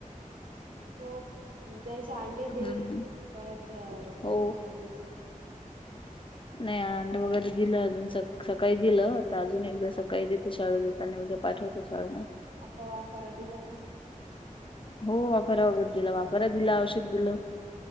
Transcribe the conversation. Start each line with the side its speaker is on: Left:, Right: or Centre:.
Right: हो द्यायचे अंडे दे,
Left: हम्म
Right: परत दूध
Left: हो
Right: हळदीचं.
Left: नाही अं अंड वगैरे दिलं अजून. सकाळी दिलं आता अजून एकदा सकाळी देते शाळेत त्यांनी उद्या पाठवते शाळेला
Right: आता वाफारा दिला ना?
Left: हो वाफारा वगैरे दिला. वाफारा दिला. औषध दिलं.